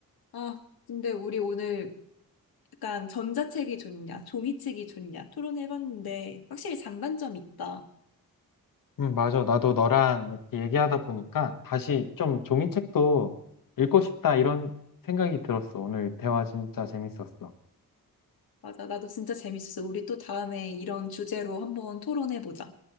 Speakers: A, on the left; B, on the left.
A: 아, 근데 우리 오늘 약간 전자책이 좋냐, 종이책이 좋냐 토론해봤는데 확실히 장단점이 있다.
B: 음, 맞아. 나도 너랑 이렇게 얘기하다 보니까 다시 좀 종이책도 읽고 싶다 이런 생각이 들었어. 오늘 대화 진짜 재밌었어.
A: 맞아, 나도 진짜 재밌었어. 우리 또 다음에 이런 주제로 한번 토론해보자.